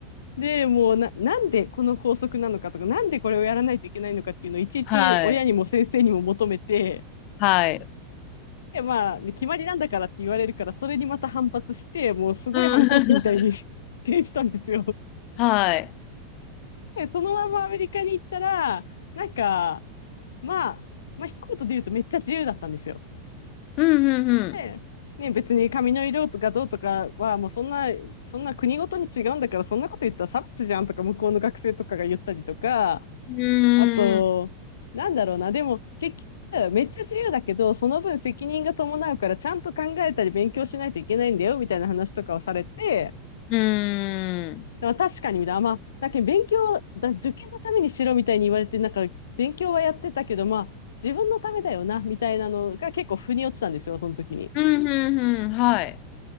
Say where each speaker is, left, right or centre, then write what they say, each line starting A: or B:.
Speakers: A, on the left; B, on the left.
A: で、もうな、なんでこの法則なのかとか、なんでこれをやらないといけないのかっていうのをいちいち親にも先生にも求めて、
B: はい。はい。
A: で、まあ、ね決まりなんだからって言われるから、それにまた反発して、もうすごい反抗期みたいに
B: <laughs> うん。
A: <laughs> 転したんですよ。
B: <laughs> はい。
A: で、そのままアメリカに行ったら、なんか、まあ、まあ、一言で言うとめっちゃ自由だったんですよ。
B: うん、うん、
A: で、ね、別に髪の色とかどうとかは、もうそんな、そんな国ごとに違うんだから、そんなこと言ったら差別じゃんとか、向こうの学生とかが言ったりとか、
B: うん。
A: あと、
B: うーん。
A: なんだろうな。でも、結局、めっちゃ自由だけど、その分責任が伴うから、ちゃんと考えたり勉強しないといけないんだよ、みたいな話とかをされて、
B: うーん。
A: まあ、確かに、みたいな。まあ、だけど勉強だ、受験のためにしろ、みたいに言われて、なんか、勉強はやってたけど、まあ、自分のためだよな、みたいなのが結構腑に落ちたんですよ、その時に。
B: うん、うん、うん。はい。